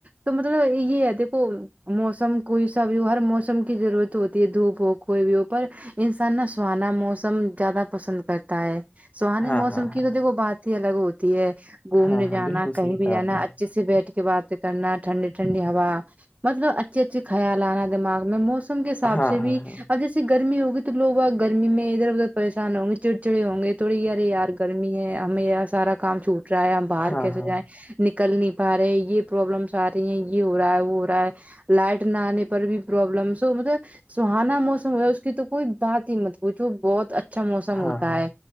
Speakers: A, on the right; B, on the left.
A: تو مطلب یہ ہے دیکھو موسم کوئی سا بھی ہو ہر موسم کی ضرورت ہوتی ہے دھوپ ہو کوئی بھی ہو پر انسان نہ سہانا موسم زیادہ پسند کرتا ہے سہانے
B: ہاں
A: موسم
B: ہاں ہاں ہاں
A: کی تو دیکھو بات ہی الگ ہوتی ہے گھومنے
B: ہاں
A: جانا
B: ہاں بالکل
A: کہیں
B: صحیح
A: بھی
B: کہا
A: جانا
B: آپ نے
A: اچھے سے بیٹھ کے بات کرنا ٹھنڈی ٹھنڈی ہوا مطلب اچھے اچھے خیال آنا دماغ میں موسم کے حساب
B: ہاں
A: سے بھی
B: ہاں ہاں
A: اورب جیس گرمی ہوگی تو لوگ گرمی میں ادھر ادھر پریشان ہوں گے چڑ چڑے ہوں گے تھوڑیارے یار گرمی ہے ہمیں یہ سارا کام چھوٹ رہا ہے ہم باہر
B: ہاں
A: کیسے
B: ہاں
A: جائیں نکل نہیں پا رہے یہ پرابلمس آ رہی ہیں یہ ہو رہا ہے وہ ہو رہا ہے لائٹ نہ آنے پر بھی پروبلمس ہو مطلب سہانا موسم ہو اس کی تو کوئی بات ہی مت بوھ وہ بہت اچھا اچھا موسم
B: ہاں
A: ہوتا
B: ہاں
A: ہے